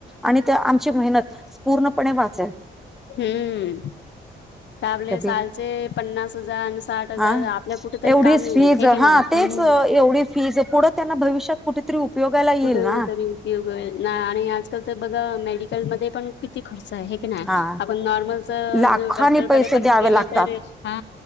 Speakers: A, in the centre; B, on the left.
A: आणि त्या आमची मेहनत पूर्णपणे वाचेल.
B: हम्म त आपले
A: कधी
B: सालचे पन्नास हजार आणि साठ हजार
A: हा
B: आपल्या कुठेतरी
A: एवढीच
B: काम येईल
A: फीज
B: हे की
A: हा
B: नाही
A: तेच
B: हम्म
A: एवढी फीज पुढं त्यांना भविष्यात कुठेतरी उपयोगाला
B: कुठे
A: येईल ना?
B: <unintelligible> ना आणि आजकाल तर बघा मेडिकलमध्ये पण किती खर्च आहे हे की ना
A: हा
B: आपण नॉर्मलचा
A: लाखानी
B: जो डॉक
A: पैसे
B: कडे पण
A: द्यावे
B: गेले
A: लागतात
B: तर हा